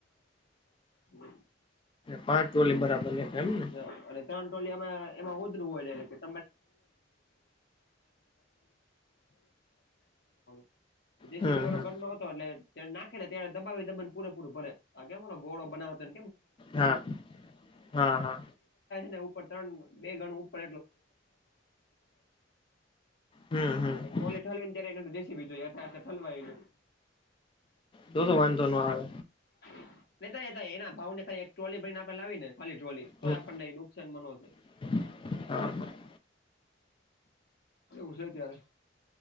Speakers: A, on the left; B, on the left.
A: <unintelligible>
B: પાંચ ટોલી બરાબર <unintelligible>
A: અને ત્રણ ટોલીમાં એમાં ઓધરું હોય જાયને <unintelligible> જેસી
B: હમ
A: બી વારો
B: હમ
A: <unintelligible> એટલે નાખે ત્યારે દબાવી દબાવીને પૂરે પૂરો ભરેે આ <unintelligible> ગોળો બનાવે <unintelligible>
B: હા હા હા
A: ને ઉપર ત્રણ બે ગણું ઉપર
B: હમ હમ
A: એટલું <unintelligible> ઠલવી ને ત્યારે એનો તો જે સી બી જોઈએ ત્યારે તો ઠલવાય એનું.
B: તો તો વાંધો ન આવે.
A: <unintelligible> તોય આપ પણ નહી નુકસાનમાં
B: હમ
A: નોંધાય.
B: <inaudible>
A: એવું છે ત્યારે